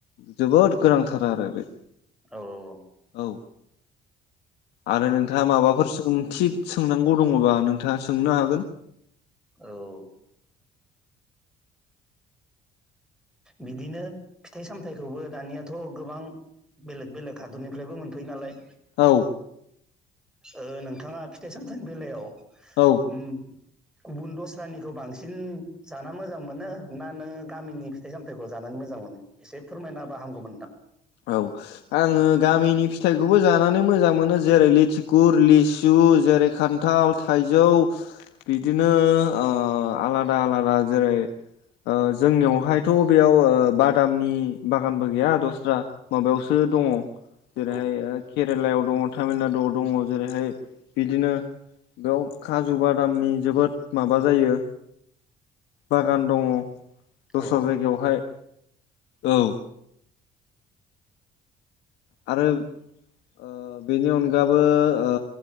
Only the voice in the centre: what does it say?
औ औ औ
औ बिदिनो फिथाइ सामथाइखौबो दानियाथ' गोबां बेलेग बेलेग हाद'रनिफ्रायबो मोनफैयो नालाय।
ओ नोंथाङा फिथाइ सामथाइनि बेलायाव
ओम गुबुन दस्रानिखौ बांसिन जाना मोजां मोनो ना नोङो गामिनि फिथाइ सामथायाइखौ जानानै मो मोजां मोनो? एसे फोरमायना बा हामगौमोनथां।
नोंथां
औ
औ